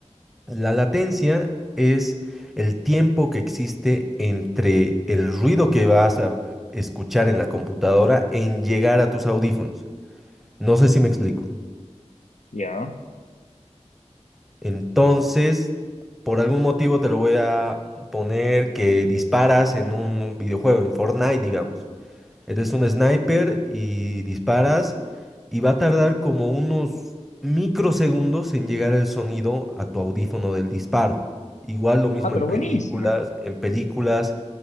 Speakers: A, in the centre; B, on the left (about 85°).
A: La latencia es el tiempo que existe entre el ruido que vas a escuchar en la computadora en llegar a tus audífonos. No sé si me explico.
B: Ya.
A: Entonces, por algún motivo te lo voy a poner que disparas en un videojuego, en Fortnite, digamos. Eres un sniper y disparas y va a tardar como unos microsegundos en llegar el sonido a tu audífono del disparo. Igual lo mismo
B: Ah, pero
A: en películas,
B: buenísimo.
A: en películas